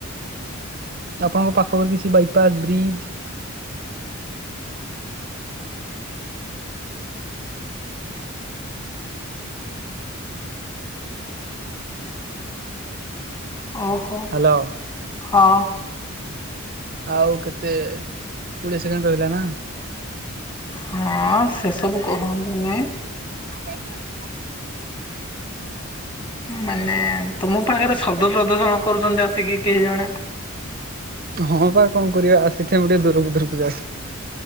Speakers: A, on the right; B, on the left.
A: ଆପଣଙ୍କ ପାଖରେ କିଛି ବାଇପାସ୍ ବ୍ରିଜ୍
B: ଓହୋ
A: ହ୍ୟାଲୋ
B: ହଁ
A: ଆଉ କେତେ କୋଡିଏ ସେକେଣ୍ଡ ରହିଲା ନା?
B: ହଁ ସେସବୁ କହନ୍ତୁନି।
A: ବାଟେ <inaudible>
B: ମାନେ ତମ ପାଖରେ ଶବ୍ଦ ପ୍ରଦର୍ଶଣ କରୁଛନ୍ତି ଆସିକି କେହି ଜଣେ?
A: ହଁ ବା କଣ କରିବା ଆସିଥିବ ମୁଁ ଟିକେ ଦୂରକୁ ଦୂରକୁ ଯାଏ।